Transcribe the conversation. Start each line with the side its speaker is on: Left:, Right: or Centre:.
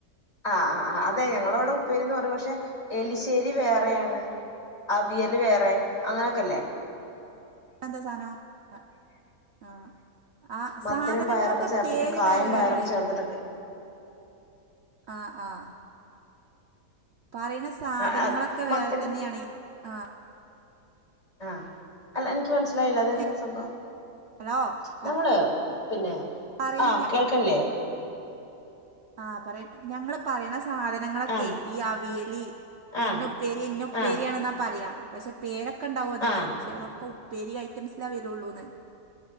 Left: ആഹ് ആഹ് ആഹ് അതെ ഞങ്ങളെ ഉവിടെ ഉപ്പേരിന്ന് പറയും പക്ഷെ എലിശ്ശേരി വേറെയാണ് അവിയല് വേറെ അങ്ങനൊക്കെല്ലേ
Right: അതെന്താ സാനം അ ആഹ് ആഹ്
Left: മത്തനും
Right: സാധനങ്ങളൊക്കെ
Left: പയറൊക്കെ ചേർത്തിട്ടും
Right: പേര്
Left: കായം
Right: വേറെ വേറേണ്
Left: പയറൊക്കെ ചേർത്തിട്ടൊക്കെ
Right: ആഹ് ആഹ് പറയുന്ന സാധനങ്ങളൊക്കെ
Left: ആഹ്
Right: വേറെ
Left: മത്തൻ
Right: തന്നെയാണ് ആഹ്
Left: ആഹ് അല്ല എൻക്ക് മനസ്സിലായില്ല
Right: ആ
Left: അതെങ്ങനെ സംഭവം?
Right: ഹലോ പറ
Left: നമ്മള് പിന്നെ
Right: പറയണ
Left: ആഹ്
Right: ഞ
Left: കേൾക്ക്ണില്ലേ?
Right: ആഹ് പറയ് ഞങ്ങള് പറയണ സാധന ഞങ്ങളക്കെ
Left: ആഹ്
Right: ഈ അവിയലി
Left: ആഹ്
Right: ഇന്നപ്പേരി ഇന്നൊപ്പേരിയാണെന്നാ
Left: ആഹ്
Right: പറയാ. പഷെ പേരക്കെണ്ടാവും അതിന്
Left: ആഹ്
Right: പഷെ അതൊക്കെ ഉപ്പേരി ഐറ്റംസില വരുള്ളൂന്ന്.